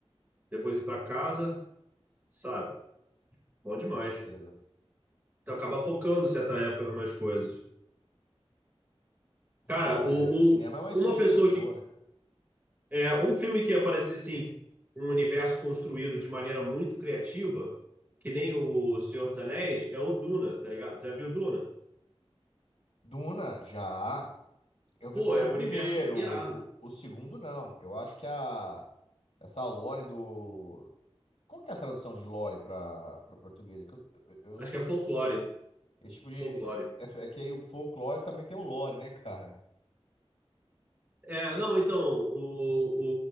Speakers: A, on the right (about 15°); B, on the left (about 70°).
A: depois ir pra casa sabe? Bom demais.
B: com certeza.
A: Tu acaba focando certa época em umas coisas.
B: Sim,
A: Cara, o,
B: é, o cinema
A: um-
B: é uma
A: uma
B: experiência
A: pessoa
B: muito boa,
A: que.
B: né? cara?
A: É, um filme que aparecer assim, um universo construído de maneira muito criativa, que nem o Senhor dos Anéis, é o Duna, tá ligado? Já viu Duna?
B: Duna, já. Eu
A: Pô,
B: assisti
A: é
B: o
A: um
B: primeiro,
A: universo irado.
B: o, o segundo não. Eu acho que a essa lore do. Qual que é a tradução de lore para para português? É que eu, eu
A: Acho
B: sou
A: que é folclore.
B: esse tipo de. Esse tipo de.
A: Folclore.
B: É, é que aí o folclore também tem o lore, né, cara?
A: É, não, então, o,